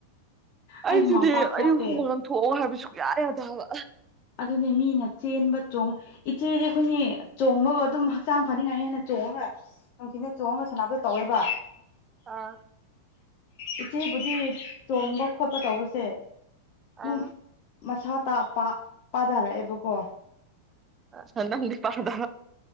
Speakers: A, on the left; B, on the right.
A: ꯑꯩ
B: ꯑꯩꯁꯤꯗꯤ
A: ꯍꯨꯃꯥꯡ ꯄꯥꯛ ꯊꯣꯛꯇꯦ
B: ꯑꯩ ꯍꯨꯃꯥꯡ ꯊꯣꯛꯑꯣ ꯍꯥꯏꯕ ꯁꯨꯡꯛꯌꯥ ꯌꯥꯗꯕ
A: ꯑꯗꯨꯅꯦ ꯃꯤꯅ ꯆꯦꯟꯕ ꯆꯣꯡ ꯏꯆꯦꯗꯤ ꯑꯩꯈꯣꯏꯅꯦ ꯆꯣꯡꯕꯒ ꯑꯗꯨꯝ ꯍꯛꯆꯥꯡ ꯐꯅꯤꯡꯉꯥꯏꯅ ꯍꯦꯟꯅ ꯆꯣꯡꯉꯣ ꯉ ꯅꯨꯡꯊꯤꯅ ꯆꯣꯡꯉꯒ ꯁꯥꯟꯅꯕꯗꯣ ꯇꯧꯋꯦꯕ
B: ꯑꯥ
A: ꯏꯆꯦꯕꯨꯗꯤ ꯆꯣꯡꯕ ꯈꯣꯠꯄ ꯇꯧꯕꯁꯦ ꯑꯗꯨꯝ
B: ꯑꯥ
A: ꯃꯁꯥ ꯇ ꯄꯥꯊꯔꯛꯑꯦꯕꯀꯣ
B: ꯀ ꯄꯗ